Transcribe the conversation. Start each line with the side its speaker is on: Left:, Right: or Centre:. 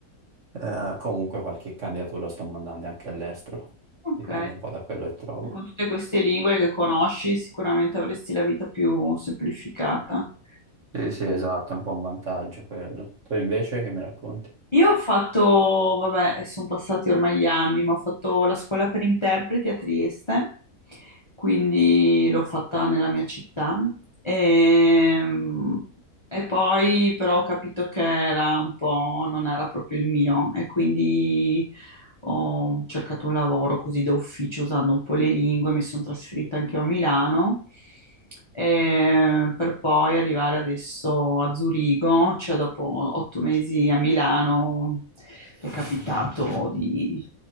Right: eh, comunque qualche candidatura sto mandando anche all'estero,
Left: Ok,
Right: dipende un po' da quello che trovo.
Left: con tutte queste lingue che conosci, sicuramente avresti la vita più semplificata.
Right: Sì, sì, esatto, è un po' un vantaggio quello. Tu invece che mi racconti?
Left: Io ho fatto, vabbè, sono passati ormai gli anni, ma ho fatto la scuola per interpreti a Trieste, quindi l'ho fatta nella mia città. Ehm, E, poi però ho capito che era un po', non era proprio il mio, e quindi ho cercato un lavoro così da ufficio usando un po' le lingue, mi sono trasferita anche io a Milano, eh, per poi arrivare adesso a Zurigo, cioè dopo otto mesi a Milano è capitato di,